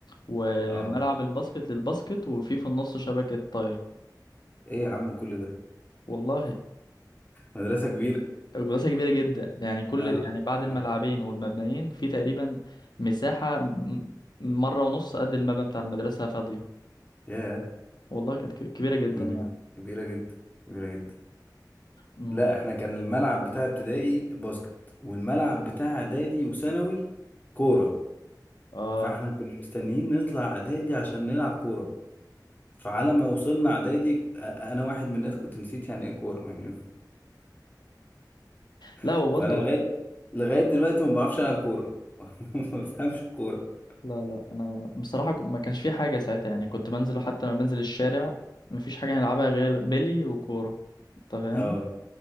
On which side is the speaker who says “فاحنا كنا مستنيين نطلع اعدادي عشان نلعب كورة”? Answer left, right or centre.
Left